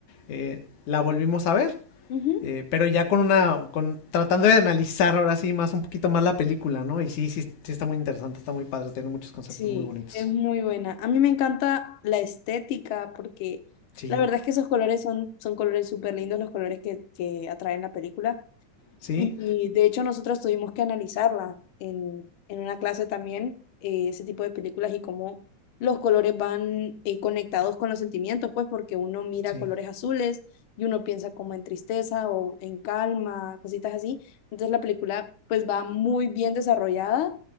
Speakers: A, on the left; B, on the left.
A: eh, la volvimos a ver.
B: Ujú.
A: eh, pero ya con una, con, tratando de analizar ahora sí más, un poquito más la película, ¿no? Y sí, sí, sí está muy interesante, está muy padre, tiene muchos conceptos
B: Sí,
A: muy bonitos.
B: es muy buena. A mí me encanta la estética porque
A: Sí,
B: la verdad es que esos colores son, son colores súper lindos, los colores que, que atraen la película.
A: sí,
B: Y, y, de hecho nosotros tuvimos que analizarla en, en una clase también, eh, ese tipo de películas y cómo los colores van eh, conectados con los sentimientos, pues porque uno mira
A: sí.
B: colores azules y uno piensa como en tristeza o en calma, cositas así. Entonces la película pues va muy bien desarrollada